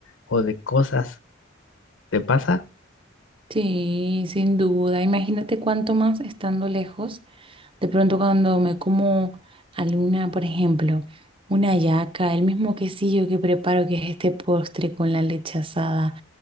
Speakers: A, on the left; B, on the right.
A: o de cosas. ¿Te pasa?
B: Sí, sin duda, imagínate cuánto más estando lejos, de pronto cuando me como alguna, por ejemplo, una hallaca el mismo quesillo que preparo, que es este postre con la leche asada.